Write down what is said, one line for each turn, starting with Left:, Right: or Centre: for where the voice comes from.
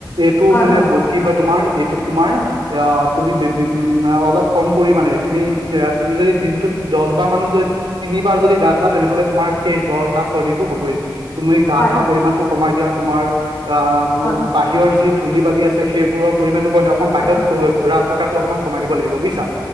Right: এইটো
Left: হয়
Right: মানে
Left: হয়
Right: ব কি হয় তোমাৰ, এইটোত তোমাৰ আহ তুমি বি বি অলপ কম পৰিমামানে, তুমি এ তুমি যদি দিনটোত দছ বাৰ মানো যদি তিনিবাৰ যদি গা ধুৱা তেনেহলে তোমাৰ সেই জ্বৰ, কাহ, চৰ্দিটো হ'বই। তুমি গা
Left: হয়
Right: ধোৱা পৰিমামানটো কমাই দিয়া, তোমাৰ আহ
Left: হয়
Right: বাহিৰৰ যি ধূলি-বালি আছে সেইবোৰৰ পৰিমামানটো কলে অকণ
Left: হয়
Right: বাহিৰত
Left: হয়
Right: ফ ঘুৰা ফুকাটো অকণমান কমাই দিব লাগিব বুইছা।